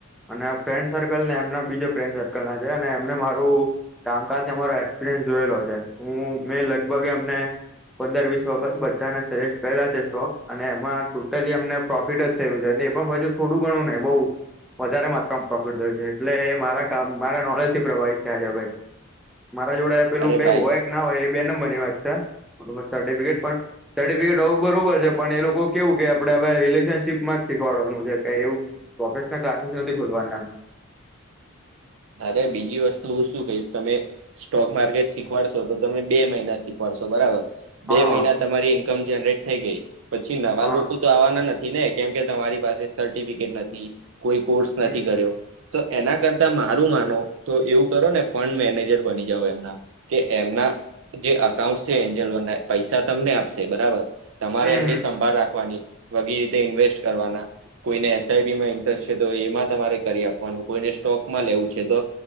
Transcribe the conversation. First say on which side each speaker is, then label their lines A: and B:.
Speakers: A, in the centre; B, on the right.
A: અને ફ્રેન્ડ સર્કલ ને એમના બીજો ફ્રેન્ડ સર્કલ ના છે અને એમને મારું કામકાજ ને અમારો એક્સપિરિયન્સ જોયેલો છે હું મેં લગભગ એમને પંદર વીસ વખત બધાને સજેસ્ટ કરેલા છે સ્ટોક અને એમાં ટોટલી એમને પ્રોફિટ જ થયું છે ને પણ બીજું થોડું ઘણું ને બઉ વધારે માત્રામાં પ્રોફિટ થયું છે એટલે એ મારા કામ મારા નોલેજ થી પ્રભાવિત થયા છે ભાઈ મારા જોડે પેલું
B: અરે
A: કઈ
B: ભાઈ
A: હોય કે ના હોય એ બે નંબર ની વાત છે સર્ટિફિકેટ પણ સર્ટિફિકેટ હોવું બરોબર છે પણ એ લોકો કેવું કે આપણે હવે રિલેશનશીપમાં જ શીખવાડવાનું છે કે એવું પ્રોફેશનલ ક્લાસીસ નથી ખોલવાનું એમ
B: અરે બીજી વસ્તુ હું શું કહીશ તમે સ્ટોક માર્કેટ શીખવાડશો તો તમે બે મહિના શીખવાડશો બરાબર
A: હા
B: બે
A: હા
B: મહિના તમારી ઈન્કમ જનરેટ થઈ ગઈ પછી નવા
A: હા
B: લોકો તો આવાના નથી ને કેમકે તમારી પાસે સર્ટિફિકેટ નથી કોઈ કોર્સ
A: હમ
B: નથી
A: હમ
B: કર્યો તો એના કરતામાં સારું માનો તો એવું કરો ને ફંડ મેનેજર બની જાવ એમના કે એમના જે અકાઉન્ટ છે એન્જલોના પૈસા તમને આપશે બરાબર તમારે
A: હમ
B: એમની સંભાળ રાખવાની બધી રીતે ઇન્વેસ્ટ કરવાના કોઈને એસઆઈપી માં ઇન્ટરેસ્ટ છે તો એમાં તમારે કરી આપવાનું કોઈને સ્ટોકમાં લેવું છે તો